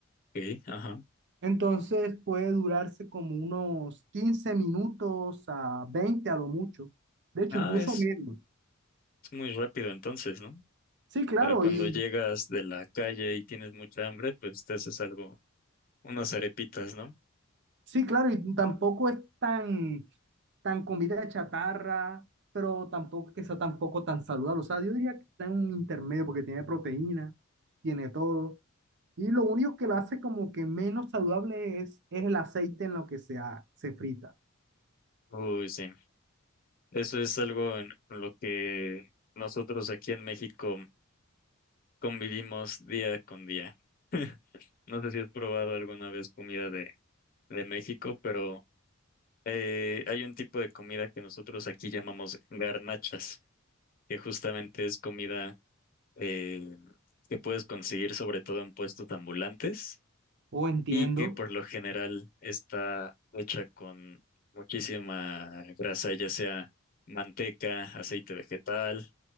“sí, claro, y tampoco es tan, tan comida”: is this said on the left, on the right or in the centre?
Right